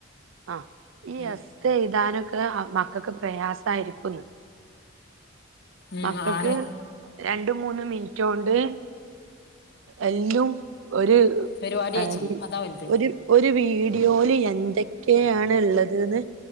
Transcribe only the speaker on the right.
ആഹ്, യെസ്
തെഴുതാനൊക്കെ മക്കൾക്ക് പ്രയാസായിരിക്കുന്ന്,
മക്കക്ക്
രണ്ടും മൂന്നും മിൻ റ്റോണ്ട് എല്ലും ഒര്,
ആഹ്
ഒരു, ഒരു വീഡിയോല് എന്തൊക്കെണ് ള്ളെത് ന്ന്